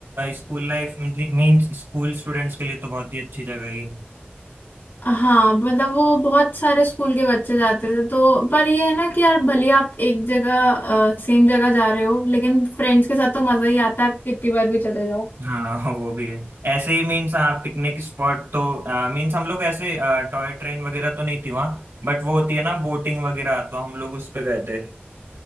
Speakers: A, on the right; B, on the left.
A: school life means school students के लिए तो बहुत ही अच्छी जगह है ये।
B: हाँ मतलब वो बहुत सारे स्कूल के बच्चे जाते थे तो पर ये है ना कि यार भले आप एक जगह सेम जगह जा रहे हो लेकिन फ्रेंड्स के साथ तो मजा ही आता है आप कितनी बार भी चले जाओ
A: हाँ वो भी है ऐसे ही मीन्स हाँ पिकनिक स्पॉट तो मीन्स हम लोग ऐसे टॉय ट्रेन वगैरह तो नहीं थी वहाँ बट वो होती है ना बोटिंग वगैरह तो हम लोग उस पे गए थे